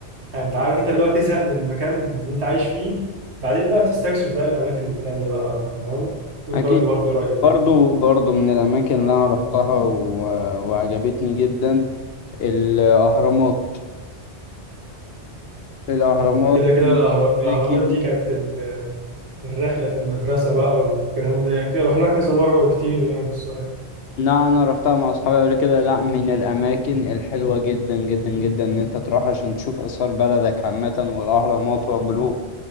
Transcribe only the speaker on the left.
أكيد
برضو برضو من الأماكن اللي أنا رحتها و... وعجبتني جدا الأهرامات الأهرامات
من
الأماكن
لا أنا رحتها مع أصحابي قبل كده لا من الأماكن الحلوة جدا جدا جدا إن أنت تروح عشان تشوف آثار بلدك عامة والأهرامات وأبو الهول